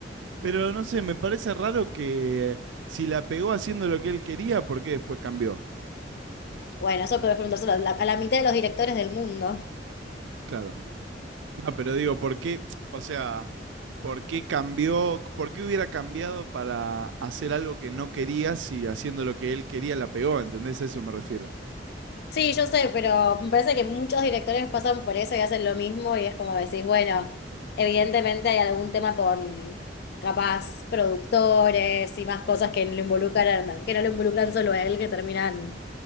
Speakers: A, on the right (about 85°); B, on the left (about 60°).
A: Pero no sé, me parece raro que si la pegó haciendo lo que él quería, ¿por qué después cambió?
B: Bueno, eso puedes preguntárselo a la, a la mitad de los directores del mundo.
A: Claro. No, pero digo, ¿por qué? O sea, ¿por qué cambió? ¿Por qué hubiera cambiado para hacer algo que no quería si haciendo lo que él quería la pegó? ¿Entendés? A eso me refiero.
B: Sí, yo sé, pero me parece que muchos directores pasan por eso y hacen lo mismo y es como decís, bueno, evidentemente hay algún tema con capaz productores y más cosas que lo involucran, que no lo involucran solo a él, que terminan